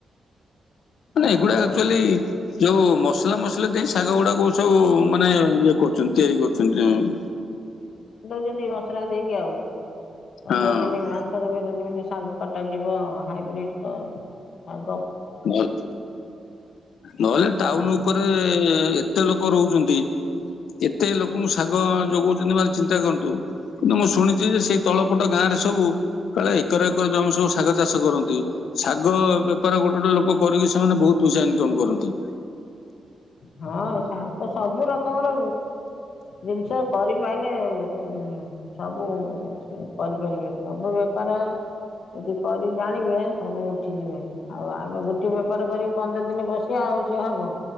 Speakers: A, on the left; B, on the left.
A: ମାନେ
B: ଆଉ
A: ଏଗୁଡା ଆକ୍ଚୁଆଲି ଯୋଉ ମସଲା, ମସଲି ଦେଇ, ଶାଗ ଗୁଡାକ ସବୁ ମାନେ, ଇଏ କରୁଛନ୍ତି। ତିଆରି କରୁଛନ୍ତି। ହଁ।
B: ସେମିତି ମସଲା ଦେଇକି ଆଉ। ପନ୍ଦର
A: ହଁ
B: ଦିନ ମାସ କ, ପରେ ଯେମତି ଶାଗ କଟାଯିବ। ହାଇବ୍ରିଡ ତ, ହଁ।
A: ନହେ, ନହେଲେ
B: ଆଉ।
A: ଟାଉନ ଉପରେ, ଏତେ ଲୋକ ରହୁଛନ୍ତି। ଏତେ ଲୋକଙ୍କୁ ଶାଗ ଯଗଉଛନ୍ତି, ମ ଚିନ୍ତା କରନ୍ତୁ। କିନ୍ତୁ ମୁଁ ଶୁଣିଛି ଯେ, ସେଇ ତଳପଟ ଗାଁରେ ସବୁ, କାଳେ ଏକର, ଏକର ଜମି ସବୁ ଶାଗ ଚାଷ କରନ୍ତି। ଶାଗ ବେପାର ଗୋଟେ, ଗୋଟେ ଲୋକ କରିକି, ସେମାନେ ବହୁତ ପଇସା ଇନକମ କରନ୍ତି।
B: ହଁ, ଶାଗ ସବୁ ର କମର, ଜିନିଷ କରିପାରିଲେ ହୁଁ ସବୁ ସେ କରିପାରିବେ, ସବୁ ବେପାର ଜଦୀ କରି ଜାଣିବେ, ସବୁ ହୁଁ ଆଉ ଆମେ ଗୋଟେ ବେପାର କରି ପନ୍ଦର ଦିନ ବସିବା ଆଉ ସେ ହବ।